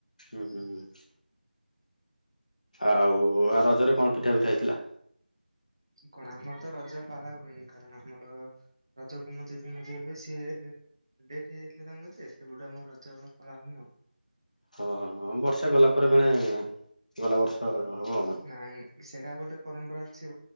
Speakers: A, on the left; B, on the right.
A: ହୁଁ ହୁଁ ହୁଁ। ଆଉ ର-ରଜରେ କଣ ପିଠା ପିଠା ହେଇଥିଲା?
B: କଣ ଆମର ତ ରଜ ପାଳା ହୁଏନି କାରଣ ଆମର। ରଜକୁ ମୋ ଜେଜେ ମରିଯାଇଥିଲେ ସିଏ। ଡେଥ ହେଇଯାଇଥିଲା ତାଙ୍କର ଯେ ସେବେଠୁ ଆମ ରଜ ପାଳା ହଉନି ଆଉ।
A: ହଁ ହଁ ବର୍ଷେ ଗଲା ପରେ ମାନେ ଗଲା ବର୍ଷ ହବ।
B: ନାଇଁ ସେଇଟା ଗୋଟେ ପରମ୍ପରା ଅଛି।